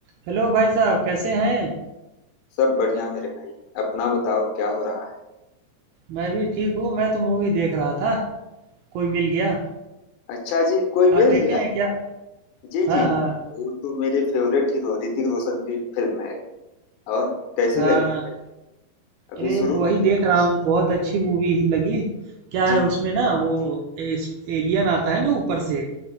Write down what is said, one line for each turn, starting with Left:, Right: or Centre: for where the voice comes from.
Right: Hello भाई साहब कैसे हैं
Left: सब बढ़िया मेरे भाई अपना बताओ क्या हो रहा है
Right: मैं भी ठीक हूँ मैं तो मूवी देख रहा था कोई मिल गया
Left: अच्छा जी कोई
Right: आप
Left: मिल
Right: देखे
Left: गया
Right: अच्छा हैं क्या
Left: जी जी
Right: हाँ
Left: जी
Right: हाँ
Left: वो तो मेरे फेवरेट हीरो ऋतिक रोशन की फिल्म है और कैसी
Right: हाँ
Left: लगी फिल्म अभी
Right: अरे
Left: शुरू
Right: वही देख रहा हूँ बहुत अच्छी मूवी ही लगी क्या
Left: जी
Right: है
Left: जी
Right: उसमें ना वो एस, एलियन आता है ना ऊपर से